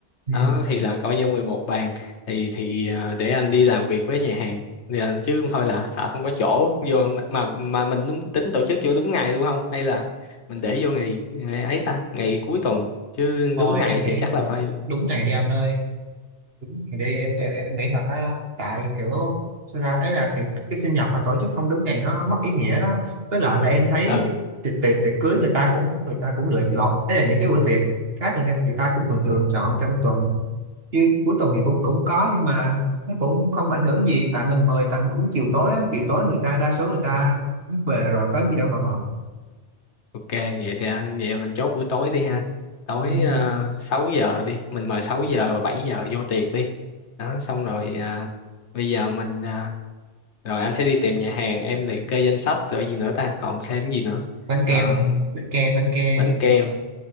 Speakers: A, on the right (about 60°); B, on the left (about 80°).
A: ừ.
B: Đó thì là coi như mười một bàn thì thì ờ, để anh đi làm việc với nhà hàng. Thì, ờ, chứ không thôi là sợ không có chỗ vô mà mà, mà mình đúng, tính tổ chức vô đúng ngày luôn không hay là mình để vô ngày, ngày ấy ta, ngày cuối tuần chứ
A: thôi
B: đúng ngày
A: em nghĩ
B: thì chắc là phải
A: đúng ngày đi anh ơi ngày đi em em, em nghĩ thật á tại kiểu sao ra ấy là cái, cái sinh nhật mà tổ chức không đúng ngày nó mất ý nghĩa đó với lại là em thấy
B: ừ
A: tiệc tiệc tiệc cưới người ta cũng người ta cũng lựa lọt ấy là những cái bữa tiệc khác người ta, người ta cũng thường thường chọn trong tuần chứ cuối tuần thì cũng cũng có nhưng mà nó cũng không ảnh hưởng gì tại mình mời tầm cũng chiều tối á chiều tối người ta đa số người ta về rồi có gì đâu mà bận
B: ok vậy thì anh vậy mình chốt buổi tối đi ha. Tối
A: ừ.
B: uh, 6 giờ đi, mình mời 6 giờ và 7 giờ vô tiệc đi. Đó xong rồi ờ, bây giờ mình à, rồi anh sẽ đi tìm nhà hàng em liệt kê danh sách rồi gì nữa ta còn thêm gì nữa
A: bánh
B: Ờ,
A: kem anh ơi, bánh kem bánh kem
B: bánh kem